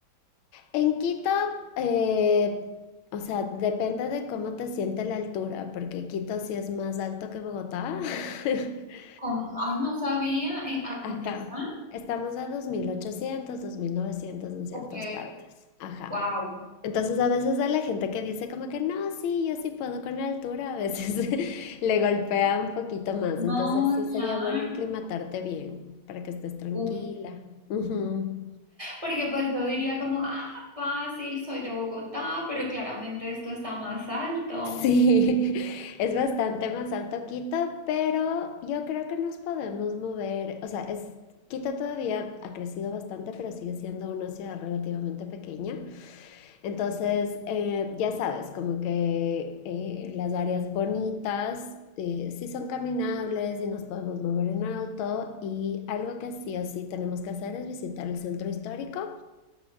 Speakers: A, on the left (about 85°); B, on the right (about 15°).
A: En Quito, eh, o sea, depende de cómo te siente la altura, porque Quito sí es más alto que Bogotá. <laughs>
B: ¿Cómo? Ay, no sabía. eh, ¿A cuánto
A: Ajá.
B: están?
A: Estamos a dos dos mil ochocientos, dos mil novecientos en ciertas
B: Ok.
A: partes. Ajá.
B: Wow.
A: Entonces a veces a la gente que dice como que no, sí, yo sí puedo con la altura, a veces <laughs> le golpea un poquito más.
B: No,
A: Entonces sí
B: claro.
A: sería bueno aclimatarte bien para que estés tranquila.
B: Uf,
A: Ujú.
B: porque pues yo diría como, ah, fácil, soy de Bogotá, pero claramente esto está más alto.
A: Sí, <laughs> es bastante más alto Quito, pero yo creo que nos podemos mover. O sea, es, Quito todavía ha crecido bastante, pero sigue siendo una ciudad relativamente pequeña. Entonces, eh, ya sabes, como que eh, las áreas bonitas eh, sí son caminables y nos podemos mover en auto. Y algo que sí o sí tenemos que hacer es visitar el centro histórico